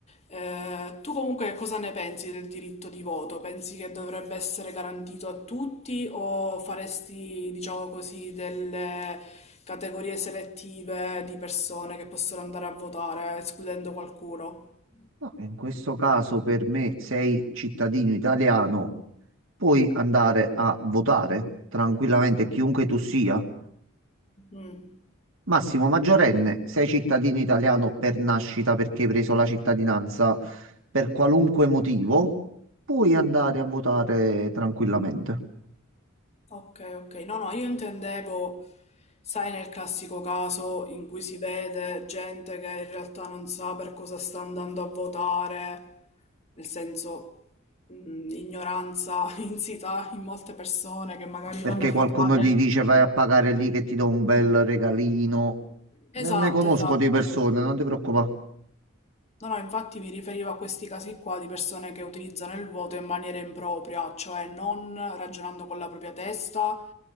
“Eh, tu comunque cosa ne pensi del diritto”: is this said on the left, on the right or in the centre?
Left